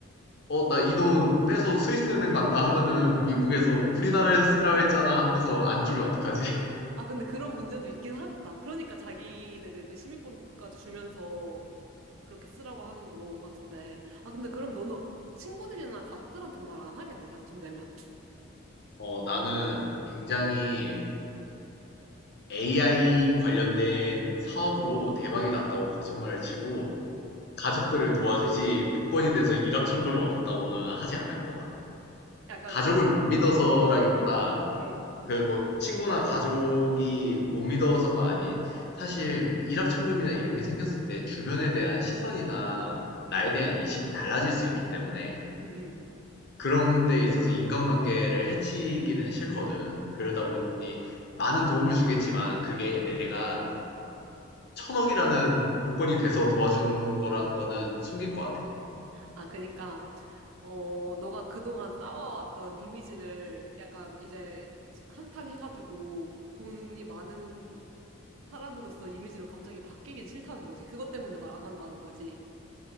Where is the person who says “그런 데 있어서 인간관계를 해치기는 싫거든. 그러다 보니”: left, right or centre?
Left